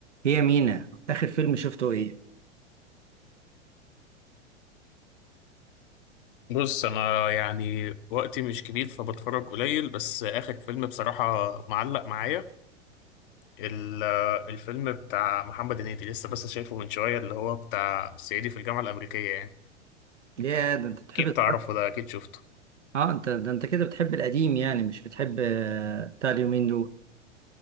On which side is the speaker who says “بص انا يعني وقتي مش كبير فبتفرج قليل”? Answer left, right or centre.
Left